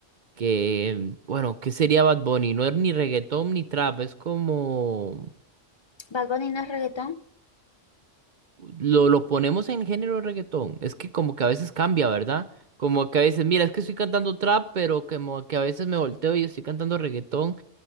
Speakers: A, on the right; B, on the left.
A: que, bueno, ¿qué sería Bad Bunny? No es ni reggaetón ni trap, es como,
B: ¿Bad Bunny no es reggaetón?
A: lo, lo ponemos en el género de reggaetón, es que como que a veces cambia, ¿verdad? Como que a veces, mira, es que estoy cantando trap, pero como que a veces me volteo y estoy cantando reggaetón